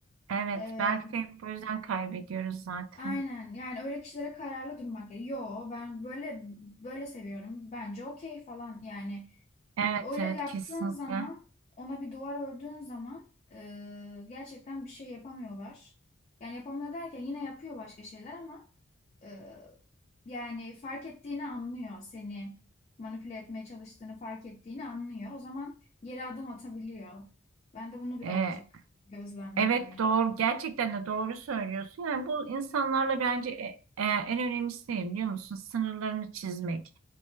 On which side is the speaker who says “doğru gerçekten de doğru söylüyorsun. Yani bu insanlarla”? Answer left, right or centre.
Right